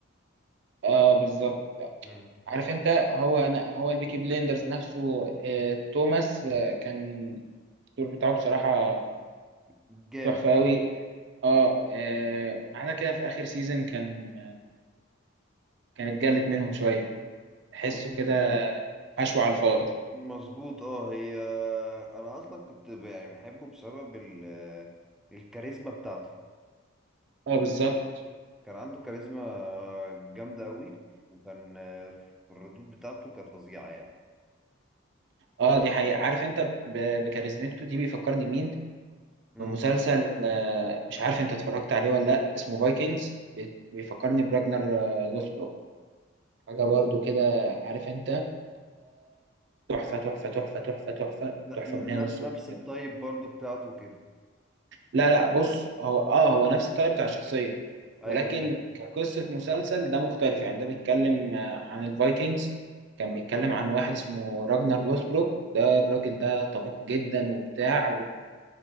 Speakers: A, on the right; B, in the centre.
A: اه بالظبط
B: امم
A: عارف انت هو أنا هو البيكي بليندرز نفسه آه، توماس آه، كان الدور بتاعه بصراحه
B: جامد
A: تحفه قوي اه آه، ما عدا كده في اخر سيزون كان آه، كانت جلت منهم شويه تحسه
B: مظبوط
A: كده حشو على الفاضي
B: مظبوط اه هي انا اصلا كنت ب- يعني بحبه بسبب ال... الكاريزما بتاعته
A: اه بالظبط
B: كان عنده كاريزما جامده قوي وكان في الردود بتاعته كانت فظيعه يعني
A: اه دي حقيقة عارف انت ب- بكاريزمته دي بيفكرني مين
B: مم.
A: بمسلسل آه، مش عارف انت اتفرجت عليه ولا لا اسمه فايكنجز بيفكرني براجنر آه، لوسبروك حاجة برضو كده عارف انت تحفة تحفة تحفة تحفة تحفة
B: ن...
A: تحفة
B: ن...
A: من هنا
B: ن-
A: للصبح
B: نفس
A: كده
B: الطيب برضو بتاعته كده
A: لا لا بص هو اه هو نفس الطيب بتاع الشخصية
B: ايوه
A: ولكن
B: فاهم
A: كقصة مسلسل ده مختلف يعني ده بيتكلم آه، عن الفايكنجز كان بيتكلم عن واحد اسمه راجنر لوسبروك ده
B: مم.
A: الراجل ده طموح جدا وبتاع